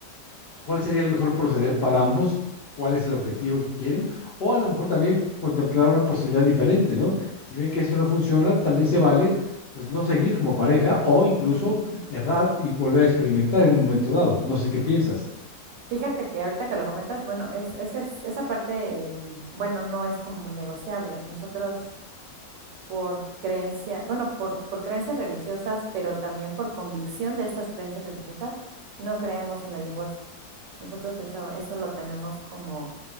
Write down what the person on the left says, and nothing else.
cuál sería el mejor proceder para ambos, cuál es el objetivo que quieren. O a lo mejor también contemplar una posibilidad diferente, ¿no? Si ven que esto no funciona, también se vale, pues no seguir como pareja o incluso
errar y volver a experimentar en un momento dado. No sé qué piensas.